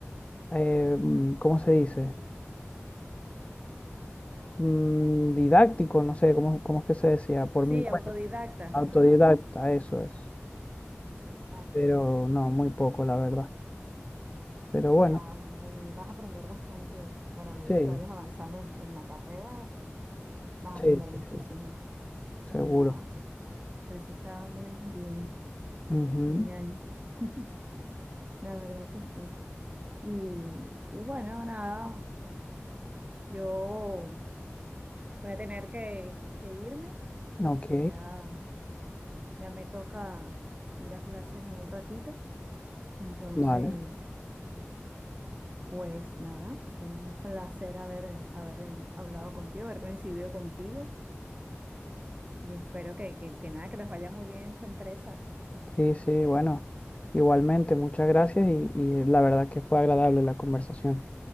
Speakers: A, on the left; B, on the right.
A: eh, mm, ¿cómo se dice? mm, didáctico, no sé cómo, cómo es que se decía, por
B: Sí,
A: mi cuenta,
B: autodidacta.
A: autodidacta,
B: Ajá.
A: eso es.
B: exacto.
A: Pero no, muy poco, la verdad. Pero bueno,
B: Ya, bueno, y vas a aprender bastante. Bueno, a medida
A: sí,
B: que vayas avanzando en, en la carrera, vas a
A: sí,
B: aprender
A: sí,
B: muchísimo.
A: sí, seguro.
B: Ya, pero eso está muy bien,
A: Ujú,
B: genial. <laughs> La verdad que sí. Y, y bueno, nada, yo voy a tener que, que irme,
A: Ok,
B: porque ya, ya me toca ir a clases en un ratito. Entonces,
A: vale.
B: pues nada, un placer haber, haber hablado contigo, haber coincidido contigo y espero que, que, que nada, que les vaya muy bien en su empresa.
A: Sí, sí, bueno, igualmente, muchas gracias y, y la verdad que fue agradable la conversación.